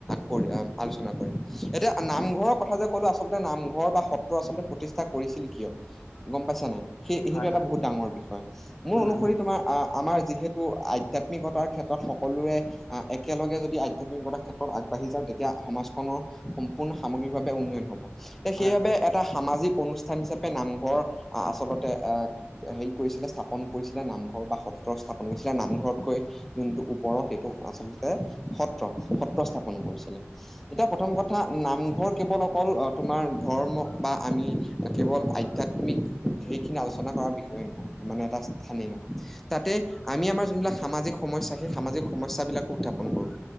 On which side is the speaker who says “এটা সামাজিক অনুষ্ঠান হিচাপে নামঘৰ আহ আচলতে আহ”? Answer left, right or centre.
Centre